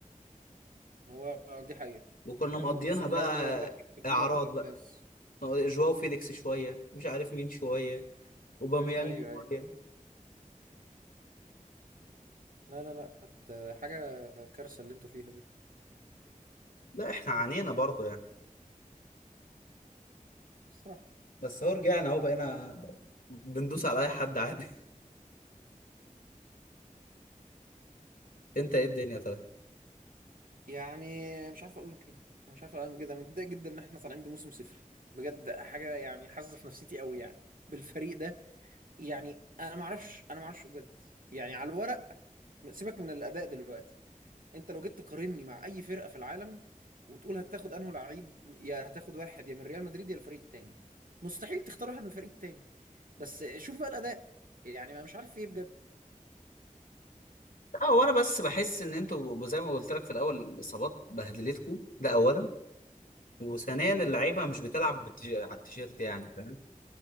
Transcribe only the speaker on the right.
هو دي حقيقة
آه، الموسم
اللي قبله هو اللي بقى كان
فيه بقى كل الناس
ايوه ايوه
لا لا لا كانت آه، حاجه كارثه اللي انتوا فيها دي
الصراحه
يعني مش عارف اقول لك ايه انا مش عارف انا جدا متضايق جدا ان احنا طالعين بموسم صفري بجد حاجه يعني حاسه في نفسيتي قوي يعني بالفريق ده يعني انا ما اعرفش انا ما اعرفش بجد يعني على الورق سيبك من الاداء دلوقتي انت لو جيت تقارني مع اي فرقه في العالم وتقول هتاخد انه لعيب يا هتاخد واحد يا من ريال مدريد يا الفريق التاني مستحيل تختار واحد من الفريق التاني بس شوف بقى الاداء يعني ما مش عارف فيه بجد